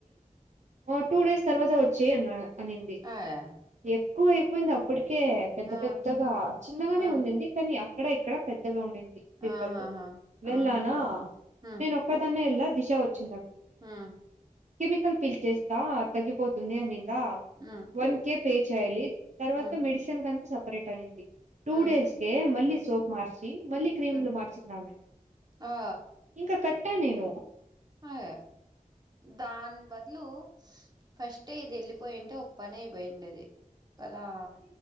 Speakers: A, on the right (about 55°); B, on the right (about 30°).
A: ఆ టూ డేస్ తర్వాత వచ్చేయ్ అన్ అనింది
B: ఆయా
A: ఎక్కువైపోయింది అప్పటికే పెద్ద
B: ఆ
A: పెద్దగా చిన్నగానే
B: ఆ
A: ఉండింది కానీ అక్కడ ఇక్కడ పెద్దగా ఉండింది పింపుల్స్
B: ఆహాహా
A: వెళ్ళానా
B: ఆహా మ్
A: నేను ఒక్కదన్నే వెళ్ళ దిశ వచ్చింది అక్కడికి
B: మ్
A: కెమికల్ ఫిల్ చేస్తా తగ్గిపోత్ తుంది అన్నిందా
B: మ్
A: వన్ కే పే చేయాలి తర్వాత
B: మ్
A: మెడిసిన్ కంతా సపరేట్ అనింది టూ
B: మ్
A: డేస్కే మళ్ళీ
B: మ్
A: సోప్ మార్చి మళ్ళీ క్రీములు
B: మ్
A: మార్చిందామే
B: ఆ
A: ఇంకా కట్టా నేను
B: అ దాని బదులు ఫస్ట్ ఇది వెళ్ళిపోయింటే పనైపోయిండేది కదా